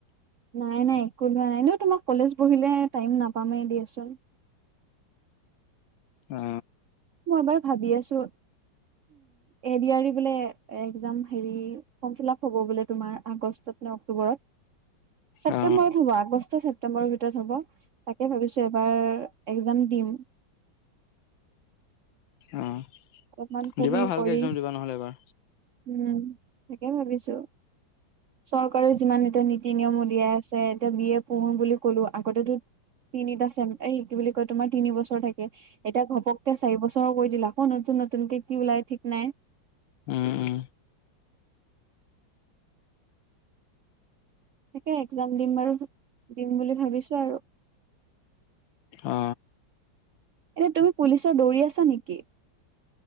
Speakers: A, on the right; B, on the left.
A: নাই নাই একো লোৱা নাই এনেও তোমাৰ কলেজ বহিলে টাইম নাপামেই দিয়াচোন।
B: অ,
A: মই এবাৰ ভাবি আছোঁ এ ডি আৰ ই বোলে এক্জাম হেৰি ফৰ্ম ফিল আপ হ'ব বোলে তোমাৰ আগষ্টত নে অক্টোবৰত। ছেপ্তেম্বৰত
B: অ
A: হ'ব আগষ্ট ছেপ্তেম্বৰৰ ভিতৰত হ'ব তাকে ভাবিছো এবাৰ একজাম দিম
B: অঁ
A: অলপমান পঢ়ি
B: দিবা ভালকৈ
A: কৰি
B: একজাম দিবা নহ'লে এবাৰ
A: উম তাকে ভাবিছো চৰকাৰে যিমান এতিয়া নীতি নিয়ম উলিয়াই আছে এতিয়া বি এ পঢ়ো বুলি কলো আগতেতো তিনিটা চেম এই কি বুলি কয় তোমাৰ তিনি বছৰ থাকে এতিয়া ঘপক ত চাৰি বছৰ কৰি দিলে আকৌ নতুন নতুনকে কি ওলাই ঠিক নাই
B: উম উম
A: তাকে একজাম দিম বাৰু দিম বুলি ভাবিছো আৰু
B: অ
A: এ তুমি পুলিচৰ দৌৰি আছা নেকি